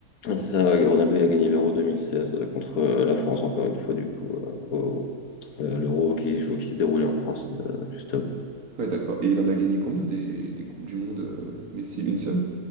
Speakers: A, on the left (about 80°); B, on the right (about 90°).
A: Ah, C'est ça, ouais, Ronaldo, il a gagné l'Euro 2016 euh, contre euh, la France, encore une fois, du coup, euh, au- euh, l'Euro qui se joue, qui se déroulait en France, euh, justement.
B: Ouais, d'accord. Et il en a gagné combien des, des Coupes du Monde, euh, Messi? Une seule?